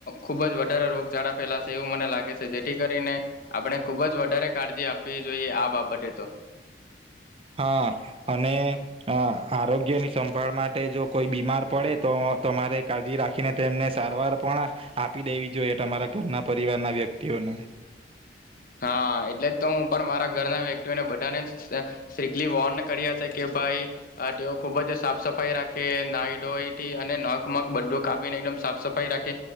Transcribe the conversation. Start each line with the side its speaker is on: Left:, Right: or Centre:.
Left: ખુબ જ વધારે રોગચાળા ફેલાશે એવું મને લાગે છે જેથી કરીને આપણે ખુબ જ વધારે કાળજી આપવી જોઈએ આ બાબતે તો.
Right: હા અને આરોગ્યની સંભાળ માટે જો કોઈ બીમાર પડે તો તમારે કાળજી રાખીને તેમને સારવાર પણ આપી દેવી જોઈએ તમારા ઘરના પરિવારના વ્યક્તિઓને.
Left: હા એટલે જ તો હું પણ મારા ઘરના વ્યક્તિઓને બધાને સ્ટ્રીકલી વોર્ન કર્યા છે કે ભાઈ તેઓ ખુબ જ સાફ સફાઈ રાખે નાઈ ડોઈ થી અને નખમખ બધું કાપીને એકદમ સાફ સફાઈ રાખે